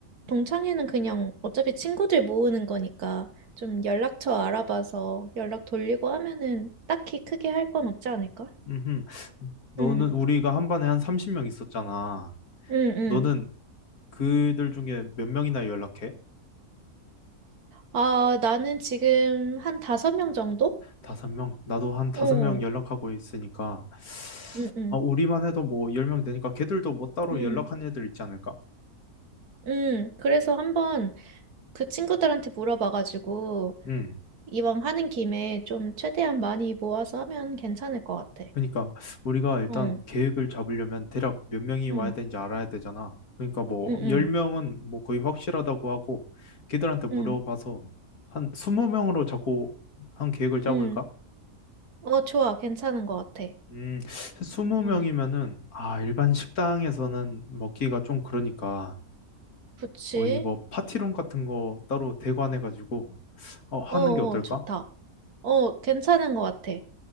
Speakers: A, on the right; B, on the left.
A: 동창회는 그냥 어차피 친구들 모으는 거니까 좀 연락처 알아봐서 연락 돌리고 하면은 딱히 크게 할 건 없지 않을까?
B: 음, 너는
A: 응,
B: 우리가 한 반에 한 30명 있었잖아.
A: 응, 응.
B: 너는 그들 중에 몇 명이나 연락해?
A: 아, 나는 지금 한 다섯 명 정도?
B: 다섯 명? 나도 한 다섯
A: 어,
B: 명 연락하고 있으니까
A: 응, 응,
B: 아 우리만 해도 뭐 열 명 되니까 걔들도 뭐 따로
A: 응.
B: 연락한 애들 있지 않을까?
A: 음, 그래서 한번 그 친구들한테 물어봐가지고
B: 응.
A: 이왕 하는 김에 좀 최대한 많이 모아서 하면 괜찮을 것 같아.
B: 그러니까 우리가 일단
A: 어, 응,
B: 계획을 잡으려면 대략 몇 명이 와야
A: 응,
B: 되는지 알아야 되잖아. 그러니까 뭐
A: 응,
B: 10명은 뭐 거의 확실하다고 하고 걔들한테 물어봐서
A: 응,
B: 한 20명으로 자꾸 한 계획을 짜볼까?
A: 응. 어, 좋아. 괜찮은 것 같아.
B: 음, 20명이면은
A: 응,
B: 아, 일반 식당에서는 먹기가 좀 그러니까
A: 그치?
B: 어디 뭐 파티룸 같은 거 따로 대관해 가지고 하는
A: 어, 어,
B: 게 어떨까?
A: 좋다. 어, 괜찮은 것 같아.